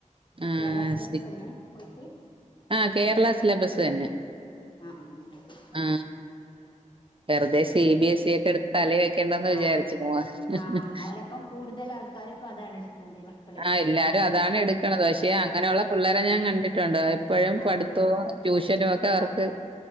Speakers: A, on the right; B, on the left.
A: ആഹ്
B: കേരള സിലബസന്നെ? <unintelligible>
A: ആഹ് കേരള സിലബസ് തന്നെ.
B: ആ
A: ആ വെറുതെ സി ബി എസ് സിയൊക്കെ എടുത്ത് തല വെക്കേണ്ടന്ന് വിചാരിച്ച്
B: ആ
A: <unintelligible>
B: ആ അല്ലപ്പം കൂടുതൽ ആൾക്കാര് ഇപ്പോ അതാണ് <unintelligible>
A: ആഹ് എല്ലാരും അതാണ്
B: അതാ
A: എടുക്കണത് പക്ഷെ അങ്ങനെ ഉള്ള പിള്ളേരെ ഞാൻ കണ്ടിട്ടുണ്ട്, എപ്പഴും
B: ആ ആ
A: പഠിത്തവും ട്യൂഷനും ഒക്കെ അവർക്ക്
B: അതെ